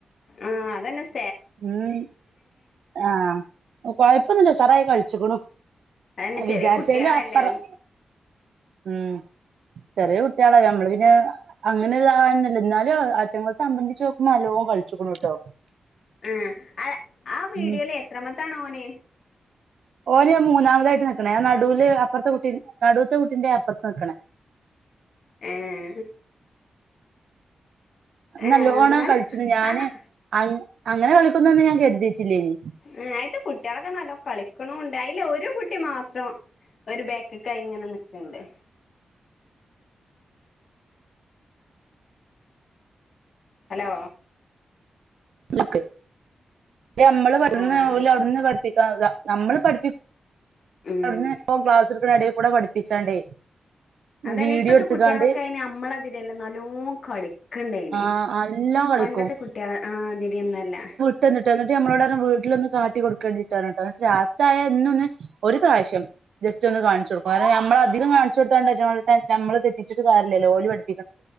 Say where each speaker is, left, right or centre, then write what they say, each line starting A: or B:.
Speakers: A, on the left (about 55°); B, on the right (about 80°).
A: ആഹ് അതെന്നെസ്
B: ഉം ആഹ് കൊഴപ്പൊന്നുല്ല ഉഷാറായി കൾച്ച്ക്കുണു
A: അതന്നെ ചെറിയ
B: വിചാരിച്ചേലും
A: കുട്ടികളല്ലേ
B: അപ്പറം
A: അവല്
B: ഉം ചെറിയ കുട്ട്യാളല്ലെ നമ്മള് പിന്നെ അങ്ങനെ ഇതാവന്നൊല്ല ന്നാലും അയ്റ്റങ്ങളെ സംബന്ധിച്ചോക്ക്മ്പൊ നല്ലോം കൾച്ച്ക്ക്ണ് ട്ടോ
A: ഏ അ ആ വീഡിയോല്
B: ഉം
A: എത്രാമത്താണോന്
B: ഓന് മൂന്നാമതായിട്ട് നിക്ക്ണെ നടുല് അപ്പർത്തെ കുട്ടി നടുത്തെ കുട്ടിന്റെ അപ്പർത്ത് നിക്ക്ണേ
A: ഏഹ് ഏഹ്
B: നല്ലോണം
A: എന്നാലും
B: കൾച്ച്ണ് ഞാന്
A: ആഹ്
B: അങ് അങ്ങനെ കളിക്കുന്നൊന്നും ഞാൻ കെര്തിട്ടില്ലേനി
A: ഏഹ് അയ്ത്തെ കുട്ട്യാളൊക്കെ നല്ലോം കളിക്ക്ണൂണ്ട് അയ്ല് ഒരു കുട്ടി മാത്രം ഒര് ബേക്ക്ക്കായിങ്ങെനെ നിക്ക്ണ്ട് ഹലോ
B: <unintelligible> ക്കെ ത് ഞമ്മള് പ വ്ട്ന്ന്
A: ആഹ്
B: ഓല് അവ്ട്ന്ന് പഠിപ്പിക്കാക്ക നമ്മള് പഠിപ്പി
A: ഉം
B: അവ്ട്ന്ന് പ്പോ ക്ലാസ്സ്ട്ക്ക്ണെ എടേക്കൂടെ പഠിപ്പിച്ചാണ്ടേ
A: അതെന്നെ
B: വീഡിയോ
A: ഇപ്പത്തെ
B: എടുത്തുകാണ്ട്
A: കുട്ട്യാളൊക്കെ അയ്ന് അമ്മളാതിര്യെല്ല നല്ലോം കളി ക്ക്ണ്ടയ്ന്
B: ആഹ് നല്ലോം കളിക്കും
A: പണ്ടത്തെ കുട്ട്യാള് ആഹ് തിര്യൊന്നു അല്ലാ
B: ട്ടെന്ന്ട്ടാ ന്നെട്ട് ഞമ്മളോടർഞ്ഞ് വീട്ട്ലൊന്ന് കാട്ടി കൊട്ക്കെണ്ടിട്ടാേർഞ്ഞ്ട്ട ന്നെട്ട് രാത്ര്യായാ എന്നും ഒന്ന് ഒരു പ്രാവ്ശ്യം ജസ്റ്റാെന്ന് കാൺച്ചൊട്ക്കും കാര്ണം ഞമ്മളധികം കാൺച്ചൊട്ത്താണ്ടയ്റ്റങ്ങൾ ഞമ്മള് തെറ്റിച്ചിട്ട് കാര്യല്ലല്ലോ ഓല് പട്